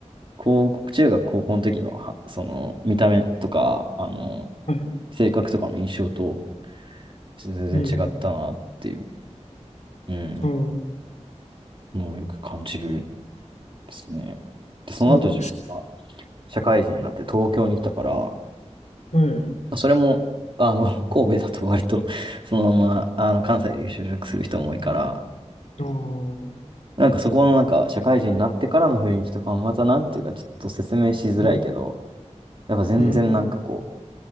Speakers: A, on the right; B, on the left.
A: こう、中学高校の時のは、その、見た目とか、あの、
B: あ、はい。
A: 性格とかの印象と全然違ったなっていう、
B: うん。
A: うん、
B: ああ、
A: のをよく感じるですね。で、その後自分が
B: そうです。
A: 社会人になって東京に来たから、
B: はい。
A: まあそれも、あの、<laughs> 神戸だと割と、そのまま、あの、関西で就職する人も多いから、
B: ああ。
A: なんかそこのなんか、社会人になってからの雰囲気とかもまたなんていうか、ちょっと説明しづらいけど、
B: うん。
A: やっぱ全然なんかこ
B: うん。